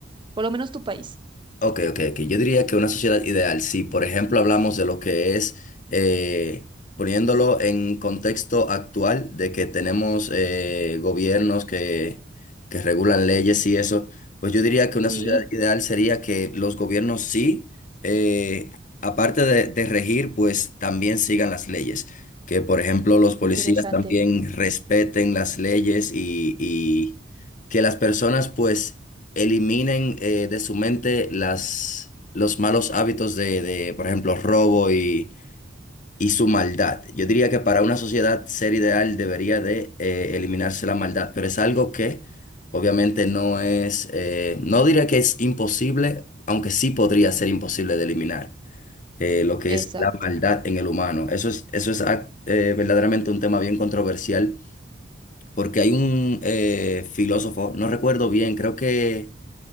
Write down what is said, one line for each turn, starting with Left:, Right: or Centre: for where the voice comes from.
Right: Por lo menos tu país.
Left: Ok, ok, ok. Yo diría que una sociedad ideal, si por ejemplo hablamos de lo que es, eh, poniéndolo en contexto actual, de que tenemos eh, gobiernos que, que regulan leyes y eso, pues yo diría que una
Right: Sí,
Left: sociedad ideal sería que los gobiernos sí, eh, aparte de, de regir, pues también sigan las leyes. Que por ejemplo los policías
Right: interesante.
Left: también respeten las leyes y, y que las personas pues eliminen eh, de su mente las, los malos hábitos de, de, por ejemplo, robo y, y su maldad. Yo diría que para una sociedad ser ideal debería de eh, eliminarse la maldad, pero es algo que obviamente no es, eh, no diría que es imposible, aunque sí podría ser imposible de eliminar. eh, lo que
Right: Exacto,
Left: es la maldad en el humano. Eso es, eso es ah, eh, verdaderamente un tema bien controversial, porque hay un eh, filósofo, no recuerdo bien, creo que